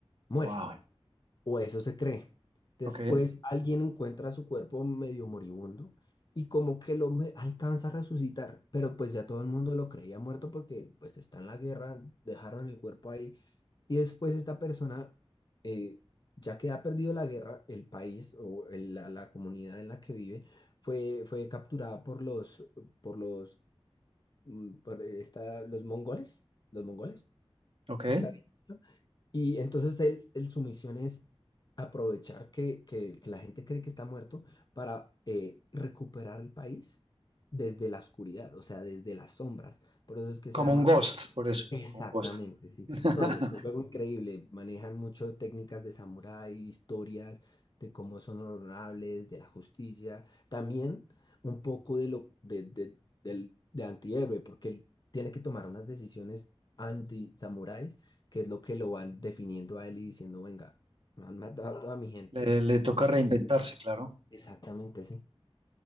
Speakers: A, on the left; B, on the right.
A: muere
B: Wow.
A: o eso se cree. Después
B: Ok.
A: alguien encuentra su cuerpo medio moribundo y como que lo hombre alcanza a resucitar, pero pues ya todo el mundo lo creía muerto porque pues está en la guerra, dejaron el cuerpo ahí y después esta persona, eh, ya que ha perdido la guerra, el país o el- la, la comunidad en la que vive, fue, fue capturada por los, por los, mm, por esta, los mongoles, los mongoles,
B: Ok.
A: ¿sí está bien? Y entonces él, él- su misión es aprovechar que, que- que la gente cree que está muerto para eh, recuperar el país desde la oscuridad, o sea, desde las sombras. Por eso es que se
B: Como
A: llama
B: un Ghost, por eso.
A: Exactamente,
B: Como un Ghost.
A: sí.
B: <laughs>
A: No, y es un juego increíble. Manejan mucho técnicas de samurái, historias de cómo son honorables, de la justicia. También un poco de lo de, de, del, de antihéroe, porque él tiene que tomar unas decisiones anti-samuráis, que es lo que lo van definiendo a él y diciendo, venga, me han matado a toda mi gente.
B: Le, le toca reinventarse, claro.
A: Exactamente, sí.